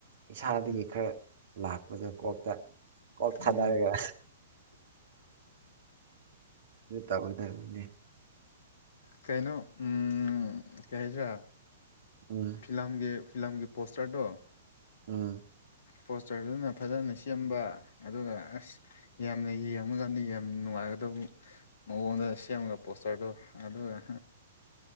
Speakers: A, on the right; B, on the left.
A: ꯏꯁꯥꯗꯒꯤ
B: ꯎꯝ
A: ꯈꯔ ꯂꯥꯛꯄꯗꯣ ꯀꯣꯛꯇ ꯀ ꯊꯥꯗꯔꯦꯒ
B: ꯎꯝ
A: ꯑꯗꯨ ꯇꯥꯕꯗꯅꯤꯅꯦ
B: ꯀꯩꯅꯣ ꯎꯝ ꯀ ꯍꯥꯏꯁ꯭ꯔ
A: ꯎꯝ
B: ꯐꯤꯂꯝꯒꯤ ꯐꯤꯂꯝꯒꯤ ꯄꯣꯁꯇꯔꯗꯣ
A: ꯑ
B: ꯄꯣꯁꯇꯔꯗꯨꯅ ꯐꯖꯅ ꯁꯦꯝꯕ ꯑꯗꯨꯒ ꯑꯁ ꯌꯥꯝꯅ ꯌꯦꯡ ꯊꯀꯥꯟꯗ ꯌꯥꯝ ꯅꯨꯡꯉꯥꯏꯒꯗꯕ ꯃꯉꯣꯟꯗ ꯁꯦꯝꯃꯒ ꯄꯣꯁꯇꯔꯗꯣ ꯑꯗꯨꯗ